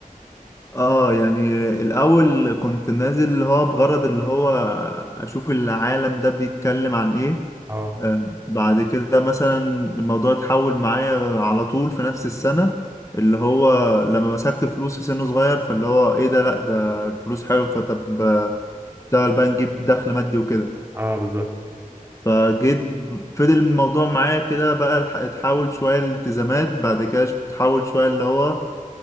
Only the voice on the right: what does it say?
اه
اه بالظبط